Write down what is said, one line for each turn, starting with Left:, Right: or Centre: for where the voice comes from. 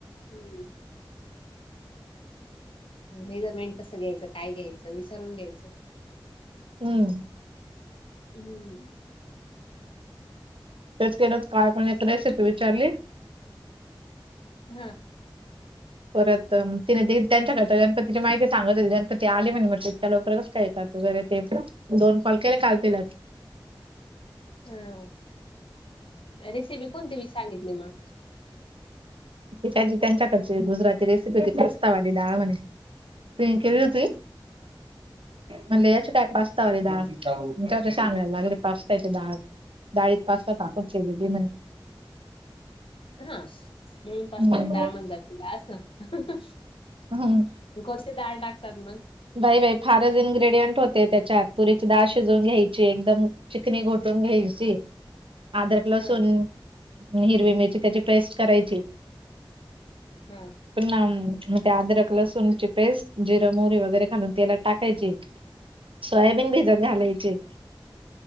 Left: हम्म. मेजरमेंट कसं घ्यायचं काय घ्यायचं विचारून घ्यायचं.
Right: हम्म
Left: हम्म.
Right: तेच के काय पण
Left: हं.
Right: एक रेसिपी विचारली.
Left: हा.
Right: परत तिने त्यांच्याकडच्या गणपतीची माहिती सांगत हो गणपती आले म्हणे म्हटले त्या लवकरच काय <inaudible> त वगैरे ते पण दोन
Left: हं,
Right: कॉल केले कालतीलच
Left: हा रेसिपी कोणती सांगितली मग?
Right: त्यांच्याकडची गुजराती रेसिपी होती प्रस्तावा आलीडाळ म्हने ते केली होती. म्हणजे याची काय पास्तावरली डाळच्या संगायला लागली पास्ताची डाळ डाळीत पास्ता टाकून शिजव म्हणे.
Left: हा म्हणून पस्त्याची
Right: हम्म
Left: दाळमण जातला अस
Right: हम्म
Left: कोणच डाळ टाकतात मग
Right: बाई बाई फारच इन्ग्रेडियंट होते त्याच्यात पुरीची डाळ शिजवून घ्यायची एकदम चिकनी घोटून घेईची आदरक लसून
Left: हा
Right: हिरवी मिरची त्याची प्रेस्ट करायची
Left: हा.
Right: पण मे अद्रक लसूनणची पेस्ट जिरा मोहरी वैगरे वगैरेालून तेलात टाकायचे सोयाबीन भेजत घालायचे